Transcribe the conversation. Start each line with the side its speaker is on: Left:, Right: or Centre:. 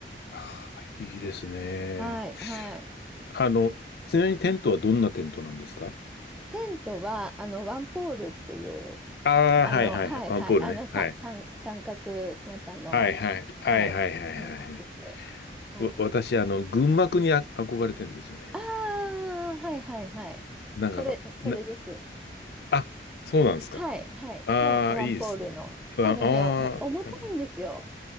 Left: ああ、いいですね。
Centre: はい、はい。
Left: あの、ちなみにテントはどんなテントなんですか
Centre: テントは、あの、ワンポールっていう、
Left: ああー、
Centre: あの、
Left: はいはいはい。
Centre: はいはい、
Left: ワンポールね。
Centre: あの、さ、
Left: はい。
Centre: 三、三角型の、
Left: はいはい。
Centre: はい、
Left: はいはいはいはい。
Centre: テントです。はい
Left: わ私、あの、群幕にあ憧れてんですよね。
Centre: ああ、はいはいはい。
Left: なんか、
Centre: それ、それです。
Left: な、あ、そうなんですか。
Centre: はい、はい、
Left: ああ、
Centre: のワンポールの。
Left: いいですね。ああ
Centre: ただね、お重たいんですよ。
Left: ー、うん